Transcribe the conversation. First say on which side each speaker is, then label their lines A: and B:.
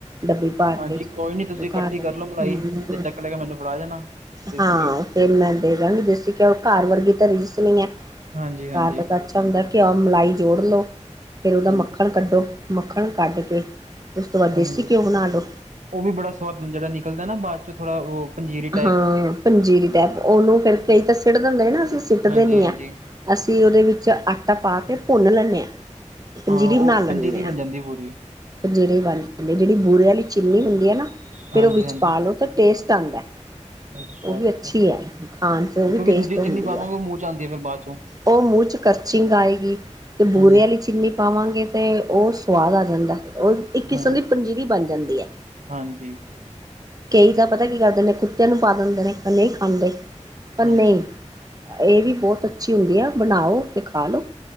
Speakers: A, on the right; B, on the right.
A: ਡੱਬੀ। ਭਾਂਡੇ
B: ਹਾਂਜੀ
A: ਦੇ
B: ਕੋਈ ਨੀ ਤੁਸੀਂ
A: ਵਿੱਚ
B: ਇਕੱਠੀ
A: ਘਰਦੇ
B: ਕਰ ਲਓ ਮਲਾਈ ਜੇ ਚੱਕ ਲੈ ਕੇ ਮੈਨੂੰ ਫੜਾ ਜਾਣਾ ਦੇਸੀ
A: ਹਾਂ
B: ਘਿਓ
A: ਫਿਰ ਮੈਂ ਦੇ ਦਾਂਗੀ ਦੇਸੀ ਘਿਉ, ਘਰ ਵਰਗੀ ਤਾਂ ਰੀਸ ਨਹੀਂ ਹੈ।
B: ਹਾਂਜੀ, ਹਾਂਜੀ।
A: ਹਾ ਤਾਂ ਅੱਛਾ ਹੁੰਦਾ, ਘਿਉ-ਮਲਾਈ ਜੋੜ ਲੋ। ਫਿਰ ਉਹਦਾ
B: ਹਾਂਜੀ
A: ਮੱਖਣ ਕੱਢੋ, ਮੱਖਣ ਕੱਢ ਕੇ ਉਸ ਤੋ ਬਾਅਦ ਦੇਸੀ
B: ਹਾਂਜੀ।
A: ਘਿਓ ਬਣਾ ਲੳ।
B: ਉਹ ਵੀ ਬੜਾ ਸੁਆਦ ਜਿਹੜਾ ਨਿਕਲਦਾ ਨਾ, ਬਾਅਦ ਚੋਂ ਥੋੜ੍ਹਾ ਉਹ ਪੰਜੀਰੀ ਟੈਪ।
A: ਹਾਂ ਪੰਜੀਰੀ ਟੈਪ, ਉਹਨੂੰ ਫਿਰ ਕਈ ਤਾਂ ਸਿੱਟ ਦਿੰਦੇ ਨਾ ਅਸੀਂ ਸਿੱਟਦੇ
B: ਹਾਂਜੀ
A: ਨੀ
B: ਹਾਂਜੀ
A: ਆ। ਅਸੀਂ ਉਦੇ ਵਿੱਚ ਆਟਾ ਪਾ ਕੇ ਭੁੰਨ ਲੈਂਣੇ ਆ। ਪੰਜੀਰੀ
B: ਹਾਂ ਉਹ
A: ਬਣਾ ਲੈਂਣੇ
B: ਪੰਜੀਰੀ ਬਣ
A: ਆ।
B: ਜਾਂਦੀ ਪੂਰੀ
A: ਪੰਜੀਰੀ ਬਣ ਜਾਂਦੀ ਜਿੜੀ ਬੂੁਰੇ ਅਲੀ ਚੀਨੀ ਹੁੰਦੀ ਏ ਨਾ ਫੇਰ
B: ਹਾਂਜੀ
A: ਉਹ ਵਿੱਚ
B: ਹਾਂਜੀ
A: ਪਾ ਲਓ ਤੇ ਟੇਸਟ ਆਣਦਾ।
B: ਅੱਛਾ
A: ਉਹ ਵੀ
B: ਅੱਛਾ
A: ਅੱਛੀ ਹੈ ਖਾਣ 'ਚ ਉਹ ਵੀ
B: ਕਿਉਂਕਿ
A: ਟੇਸਟ
B: ਦੂਜੀ ਜਿੰਨੀ
A: ਹੁੰਦੀ
B: ਪਾਵਾਂਗੇ
A: ਹੈ।
B: ਉਹ ਮੂੰਹ ਚ ਆਉਂਦੀ ਹੈ ਫਿਰ ਬਾਅਦ ਚੋਂ
A: ਉਹ ਮੂੰਹ ਚ ਕਰਚਿੰਗ ਆਏਗੀ, ਤੇ ਬੂਰੇ
B: ਹਾਂਜੀ
A: ਅਲੀ ਚੀਨੀ ਪਾਵਾਂਗੇ ਤੇ ਉਕ ਸਵਾਦ ਆ ਜਾਦਾ ਉਹ ਇੱਕ ਕਿਸਮ
B: ਹਾਂਜੀ
A: ਦੀ ਪੰਜੀਰੀ ਬਣ ਜਾਂਦੀ ਏ।
B: ਹਾਂਜੀ।
A: ਕਈ ਤਾਂ ਪਤਾ ਕੀ ਕਰਦੇ ਨੇ ਕੁੱਤਿਆਂ ਨੂੰ ਪਾ ਦਂਦੇ ਨੇ ਨਈ ਖਾਂਦੇ। ਪਰ
B: ਹਾਂਜੀ
A: ਨਹੀਂ ਏ ਵੀ ਬਹੁਤ ਅੱਛੀ ਹੁੰਦੀ ਆ ਬਣਾਓ ਤੇ ਖਾ ਲਓ।